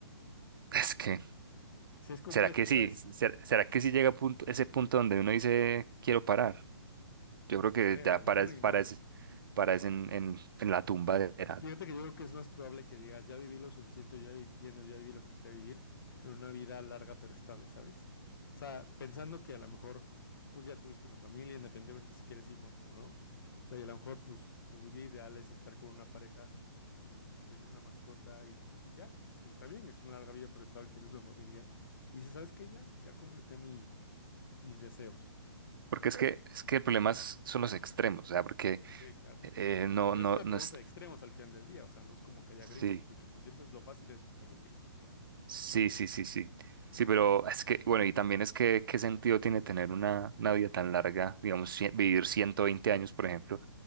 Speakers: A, on the right; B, on the left.
A: <laughs> es que...
B: Sí, es complejo,
A: ¿Será que
B: pues.
A: sí? ¿Ser- ¿Será que sí llega a punto, ese punto donde uno dice, quiero parar? Yo
B: No
A: creo
B: lo
A: que
B: sé,
A: ya
B: a lo mejor
A: paras,
B: y no.
A: paras, paras en, en, en la tumba de edad.
B: Fíjate que yo creo que es más probable que digas, ya viví lo suficiente, ya viví bien o ya viví lo que quería vivir, en una vida larga pero estable, ¿sabes? O sea, pensando que a lo mejor, pues ya tuviste una familia, independientemente si quieres hijos o no. O sea, y a lo mejor, pues tu vida ideal es estar con una pareja y pues tener una mascota y, y ya. Y está bien, es una larga vida pero estable, tienes una familia. Y dices, ¿sabes qué? Ya, ya completé mi, mis deseos.
A: Porque es que, es que el problema es- son los extremos, o sea, porque
B: Sí, claro.
A: eh, no,
B: Pero
A: no,
B: es una
A: no
B: pregunta
A: es...
B: de extremos al final del día, o sea, no es como que haya
A: Sí,
B: grises, porque pues siempre es lo fácil es escoger los grises, ¿no?
A: sí, sí, sí, sí. Sí, pero es que, bueno, y también es que, ¿qué sentido tiene tener una, una vida tan larga? Digamos, cien- vivir 120 años, por ejemplo.